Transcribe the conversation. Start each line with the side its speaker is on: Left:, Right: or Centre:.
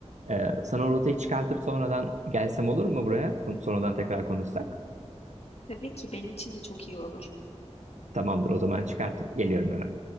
Right: E, sana o rotayı çıkartıp sonradan gelsem olur mu buraya Kon- sonradan tekrar konuşsak?
Left: Tabii ki benim için de çok iyi olur.
Right: Tamamdır o zaman çıkartıp geliyorum hemen.